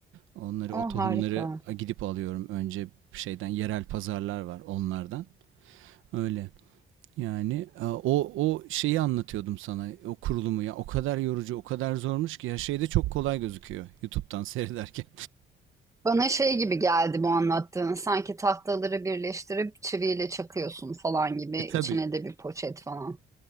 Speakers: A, on the right; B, on the right.
A: Onları o
B: O
A: tohumları
B: harika.
A: gidip alıyorum önce şeyden yerel pazarlar var onlardan. Öyle. Yani e, o o şeyi anlatıyordum sana. O kurulumu ya o kadar yorucu, o kadar zormuş ki ya şeyde çok kolay gözüküyor YouTube'dan <laughs> seyrederken.
B: Bana şey gibi geldi bu anlattığın. Sanki tahtaları birleştirip çiviyle çakıyorsun falan gibi.
A: E tabii
B: İçine de bir poşet falan.